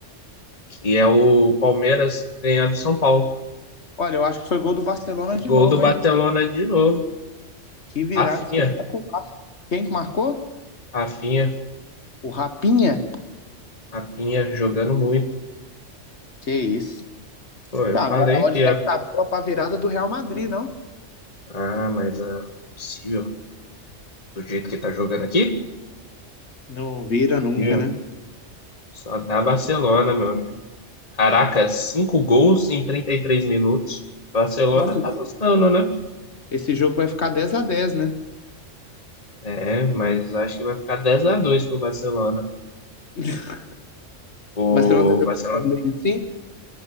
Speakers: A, on the left; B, on the left.
A: Que é o Palmeiras ganhar do São Paulo.
B: Olha, eu acho que foi gol do Barcelona
A: Gol
B: de novo,
A: do Barcelona
B: hein?
A: de novo.
B: Que virada
A: Rafinha,
B: espetacular. Quem que marcou?
A: Rafinha,
B: O Rapinha?
A: Rapinha jogando muito.
B: Que isso.
A: Pô, eu
B: Ah,
A: falei
B: agora a odd
A: que ia
B: deve estar boa pra virada do Real Madrid, não?
A: Ah, mas ah, possível. Do jeito que tá jogando aqui?
B: Não vira nunca,
A: Possível.
B: né?
A: Só dá Barcelona, meu amigo. Caraca, cinco gols em 33 minutos. Barcelona
B: Nossa,
A: tá gostando, né?
B: esse jogo vai ficar 10 a 10, né?
A: É, mas acho que vai ficar 10 a 2 pro Barcelona.
B: <laughs>
A: O
B: O Barcelona tá jogando
A: Barcelona,
B: tão bem assim.